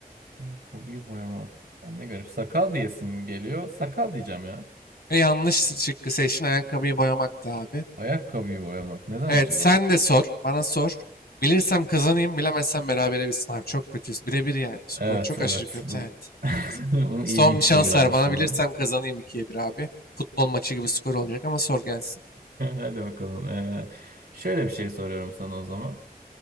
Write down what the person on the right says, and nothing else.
Ayakkabıyı boyamak. Lan ne garip. Sakal diyesim geliyor. Sakal diyeceğim ya.
Ayakkabıyı boyamak. Neden
acaba?
Evet
evet.
Bu
<laughs> Bu
ilginç
sorularmış
bunlar.
<laughs>
Hadi bakalım. Ee, şöyle bir şey soruyorum sana o zaman.